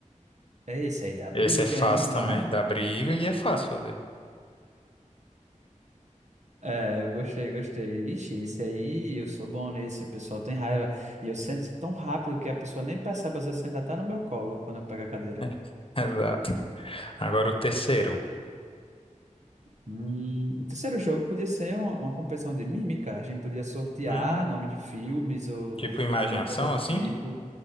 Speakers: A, on the right; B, on the left.
A: É esse aí, dá briga,
B: Esse é fácil
A: hein? Não dá
B: também,
A: não?
B: dá briga e é fácil fazer.
A: É, eu gostei, gostei. Ixi, esse aí, eu sou bom nesse, o pessoal tem raiva. E eu sento tão rápido que a pessoa nem percebe, às vezes senta até no meu colo quando eu pego a cadeira.
B: <laughs> Exato. Agora o terceiro.
A: Hum, o terceiro jogo podia ser uma, uma competição de mímica. A gente podia sortear
B: Hum,
A: nome de filmes ou
B: Tipo imaginação,
A: alguma coisa do
B: assim?
A: tipo.